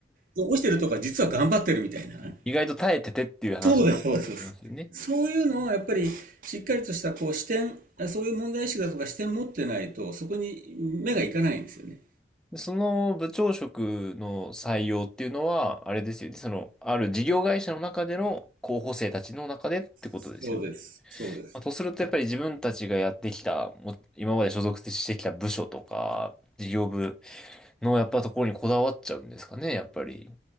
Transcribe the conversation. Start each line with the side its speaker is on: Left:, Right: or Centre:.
Right: 落ちてるとか実は頑張ってるみたいな。
Centre: 意外と耐えててっていう話もありますよね。
Right: そうです、そうです。そういうのをやっぱりしっかりとしたこう視点、そういう問題意識だとか視点持ってないと、そこに目がいかないんですよね。
Centre: でその部長職の採用っていうのは、あれですよね。その、ある事業会社の中での候補生たちの中でってことですよね。
Right: そうです、そうです。
Centre: まあ、とすると、やっぱり自分たちがやってきた、も今まで所属してきた部署とか、事業部のやっぱところにこだわっちゃうんですかね、やっぱり。